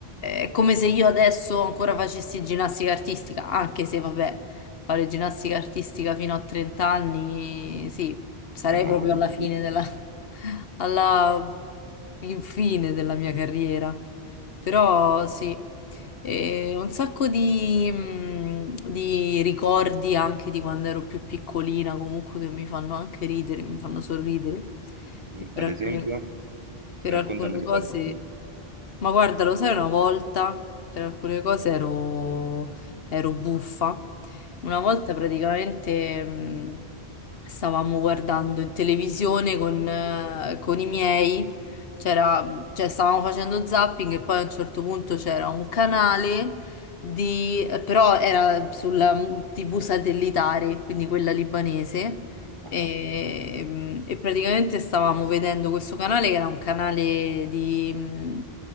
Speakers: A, on the left; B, on the right.
A: è come se io adesso ancora facessi ginnastica artistica, anche se vabbè, fare ginnastica artistica fino a 30 anni, sì, sarei
B: mi sembra
A: proprio
B: un po' difficile.
A: alla fine della, <laughs> alla infine della mia carriera. Però sì. E un sacco di, mh, di ricordi anche di quando ero più piccolina, comunque che mi fanno anche ridere, mi fanno sorridere.
B: Mm,
A: E per
B: Ad
A: alcune,
B: esempio,
A: per
B: raccontami
A: alcune
B: di
A: cose,
B: qualcuno.
A: ma guarda, lo sai, una volta per alcune cose ero, ero buffa. Una volta praticamente mh, stavamo guardando in televisione con, eh, con i miei. C'era cioè stavamo facendo zapping e poi a un certo punto c'era un canale di, eh, però era sulla mm, TV satellitare, quindi quella libanese, e,
B: Ah,
A: mm, e praticamente stavamo vedendo questo canale che era un canale di, mm,